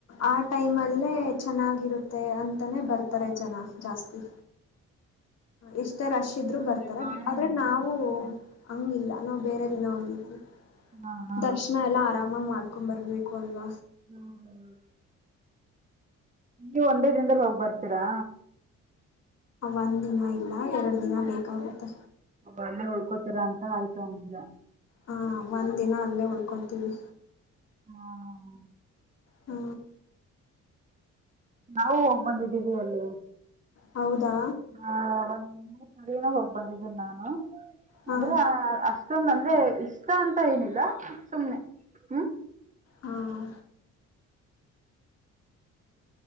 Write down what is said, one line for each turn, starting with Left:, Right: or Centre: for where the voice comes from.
Left: ಆ ಟೈಮಲ್ಲೇ ಚೆನ್ನಾಗಿರುತ್ತೆ ಅಂತಾನೇ ಬರ್ತಾರೆ ಜನ ಜಾಸ್ತಿ ಎಷ್ಟೇ ರಶ್ ಇದ್ರರು
Right: ಅಂದ್ರೆ
Left: ಬರ್ತಾರೆ
Right: ವಾರ
Left: ಆದ್ರೆ
Right: ಅಲ್ವಾ
Left: ನಾವು
Right: ಅದಕ್ಕೆ.
Left: ಹಂಗಿಲ್ಲ ನಾವು ಬೇರೆ ದಿನ ಹೋಗಿದ್ವಿ
Right: ಹಾ ಹಾ
Left: ದರ್ಶನ ಎಲ್ಲಾ ಆರಾಮಾಗಿ ಮಾಡ್. ಕುಮರಬೇಕಲ್ದ
Right: ಹ್ಮ ಹ್ಮ ಹ <inaudible> ನೀವು ಒಂದೇ ದಿನದಲ್ಲಿ ಹೋಗ್ ಬರ್ತೀರಾ
Left: ಒಂದ್ ದಿನ ಇಲ್ಲ ಎರಡು ದಿನ ಬೇಕಾಗುತ್ತೆ
Right: ಅವ ಅಲ್ಲೇ ಉಳ್ಕೋತೀರಾ ಅಂತ ಆಯ್ತು ಅವಂಗಂದ
Left: ಹಾ ಒಂದ್ ದಿನ ಅಲ್ಲೇ ಉಳ್ಕೊತೀವಿ
Right: ಹ್ಮ ಹ
Left: ಹ್ಮ
Right: ನಾವು ಹೋಗ್ ಬಂದಿದ್ದೀವಿ ಅಲ್ಲಿ
Left: ಹೌದಾ
Right: ಆ ಒಂದ್ ಮೂರ್ ಸರಿನ ಹೋಗ್ ಬಂದಿದ್ದೀನ ನಾನು
Left: ಹಾ
Right: ಆದ್ರೆ ಅಷ್ಟೊಂದ ಅಂದ್ರೆ ಇಷ್ಟ ಅಂತ ಏನಿಲ್ಲ ಸುಮ್ನೆ ಹ್ಮ್
Left: ಹ್ಮ